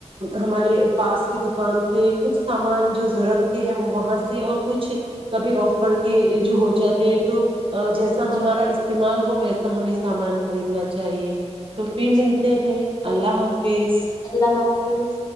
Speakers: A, on the right (about 50°); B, on the left (about 35°).
A: ہمارے پاس کے دکان سے کچھ سامان جو ضرورت کے ہے وہ وہاں سے اور کچھ کبھی آفر کے جو ہو جاتے ہیں تو جیسا ہمارا
B: جی
A: استعمال ہو ویسا تو ہمیں سامان خریدنا چاہیے تو پھر
B: جی
A: ملتے ہیں اللہ حافظ
B: اللہ حافظ